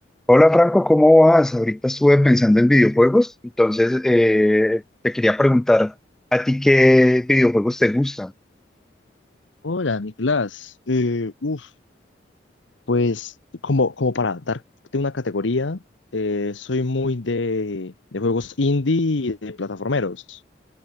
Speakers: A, in the centre; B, on the left.
A: Hola Franco, ¿cómo vas? Ahorita estuve pensando en videojuegos, entonces eh, te quería preguntar, ¿a ti qué videojuegos te gustan?
B: Hola, Nicolás. Eh, uf, pues como, como para darte una categoría, eh, soy muy de, de juegos indie y de plataformeros,